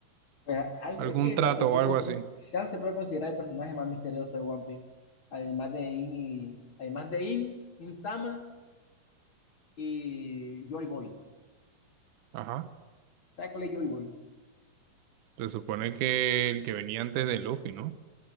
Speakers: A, on the left; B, on the right.
A: Pues, algo,
B: Algún
A: es que
B: trato
A: la cuestión,
B: o algo
A: con-
B: así.
A: Shan se puede considerar el personaje más misterioso de One Piece, además de In, y- además de In, In-sama y Joy Boy.
B: Ajá.
A: ¿Sabes cuál es Joy Boy?
B: Se supone que el que venía antes de Luffy, ¿no?